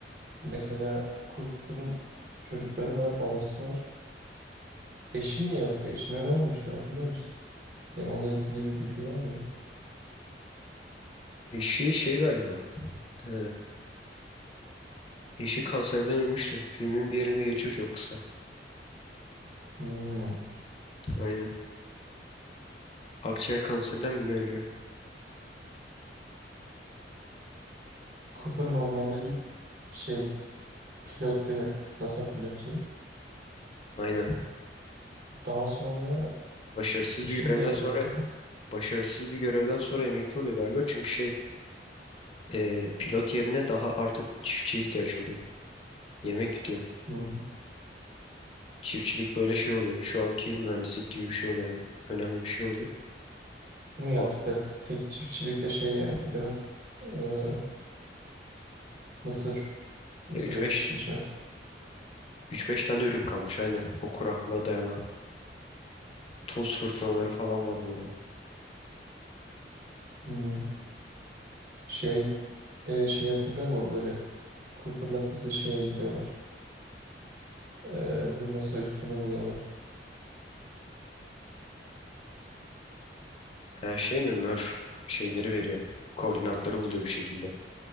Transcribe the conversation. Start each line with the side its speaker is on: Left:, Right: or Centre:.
Right: Mesela Cooper'ın çocukları var, babası var. Eşi niye yoktu? Eşine ne olmuştu hatırlıyor musun? Yani onunla ilgili bir bilgi var mıydı?
Left: Eşi şey galiba. Ee, eşi kanserden ölmüştü. Filmin bir yerine geçiyor çok kısa.
Right: Hmm.
Left: Aynen. Akciğer kanserinden mi ne ölüyor?
Right: Cooper normalde bir şey pilot değil mi? NASA pilotu.
Left: Aynen.
Right: Daha sonra
Left: Başarısız
Right: işi
Left: bir görevden
Right: niye
Left: sonra
Right: bırakıyor?
Left: başarısız bir görevden sonra emekli oluyor galiba. Çünkü şey ee, pilot yerine daha artık çiftçiye ihtiyaç oluyor. Yemek bitiyor.
Right: Hmm.
Left: Çiftçilik böyle şey oluyor. Şu anki mühendislik gibi bir şey oluyor yani. Önemli bir şey oluyor.
Right: Ama yaptıkları
Left: O-
Right: t- tek çiftçilik de şey yani değil mi? Ee, mısır. Mısır
Left: e, 3-5
Right: ekip biçmek.
Left: 3-5 tane ürün kalmış aynen. O kuraklığa dayanan. Toz fırtınaları falan var böyle.
Right: Hmm. Şey e, şey hatırlıyor musun? Böyle Cooper'la kızı şeye gidiyorlar. Ee, bu NASA üssünü buluyorlar.
Left: Ha şey mi? Murph şeyleri veriyor. Koordinatları buluyor bir şekilde.